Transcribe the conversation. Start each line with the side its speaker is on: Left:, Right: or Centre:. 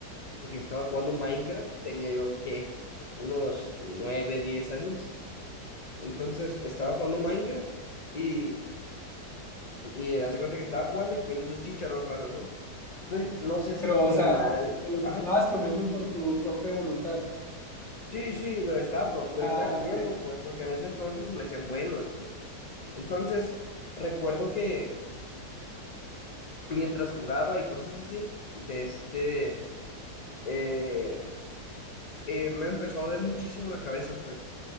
Left: que estaba jugando Minecraft, tenía yo que unos 9 10 años. Entonces estaba jugando Minecraft y, y eh, hace cuenta que estaba jugando y viendo esos chícharos raros, ¿no? Entonces no sé si
Centre: Pero,
Left: comí
Centre: o sea,
Left: mal.
Centre: te los
Left: Ajá.
Centre: estabas comiendo por tu propia voluntad.
Left: Sí, sí, lo estaba, pro- lo
Centre: Ah,
Left: estaba comiendo,
Centre: ok.
Left: pues, porque en eso entonces se me hacían buenos, pues. Entonces, recuerdo que mientras jugaba y cosas así, de este, eh, eh, me empezó a doler muchísimo la cabeza, pues.